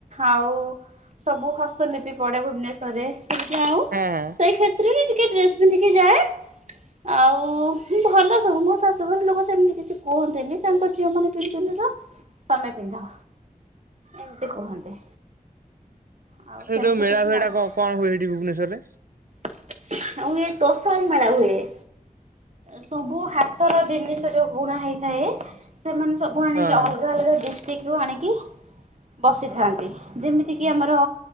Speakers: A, on the right (about 55°); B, on the right (about 80°).
A: ଆଉ ସବୁ ହସ୍ତଲିପି ପଡ଼େ ଭୁବନେଶ୍ୱରରେ। ଆଉ
B: ହଁ ହଁ
A: ସେଇ କ୍ଷେତ୍ରରେ ଟିକେ ଡ୍ରେସ୍ ପିନ୍ଧିକି ଯାଏ ଆଉ ଭଲ ସବୁ ମୋ ଶାଶୁଘର ଲୋକ ସେମିତି କିଛି କୁହନ୍ତିନି ତାଙ୍କ ଝିଅ ମାନ ପିନ୍ଧୁଚନ୍ତିତ ତମେ ପିନ୍ଧ ଏମିତି କୁହନ୍ତି। ଆଉ
B: ସେ
A: ସେମିତି
B: ଯୋଉ ମେଳା
A: କିଛି
B: ଫେଳା
A: ନଥାଏ
B: କଁ ହୁଏ ସେଠି ଭୁବନେଶ୍ୱରରେ?
A: ଆଉ ହୁଏ ତୋଷାରୀ ମେଳା ହୁଏ। ସବୁ ହାତର ଜିନିଷ ଯୋଉ ବୁଣା ହେଇଥାଏ ସେମାନେ ସବୁ ଆଣିକି
B: ହଁ ହଁ
A: ଅଲଗା ଅଲଗା ଡି ଠିକରୁ ଆଣିକି ବସିଥାନ୍ତି ଯେମିତିକି ଆମର